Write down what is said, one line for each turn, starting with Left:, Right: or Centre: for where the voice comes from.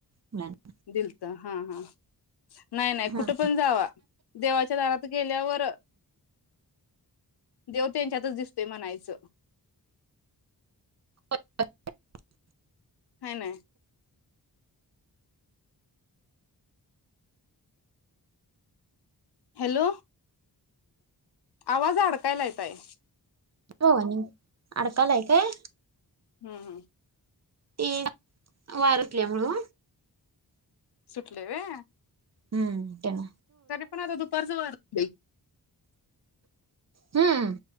Right: मुलांना
Left: दिलता. हा, हा. नाही-नाही कुठे
Right: हा
Left: पण जावा देवाच्या दारात गेल्यावर. देव तेच्यातच दिसतोय म्हणायचं.
Right: <inaudible>
Left: हाय नाय. हॅलो. आवाज अडकायलाय ताई.
Right: होय अडकालाय काय.
Left: हम्म, हम्म.
Right: ते वारं सुटल्यामुळ ओ.
Left: सुटलय वय.
Right: हम्म त्यांण.
Left: तरी पण आता दुपारचं वार सुटलय की.
Right: हम्म.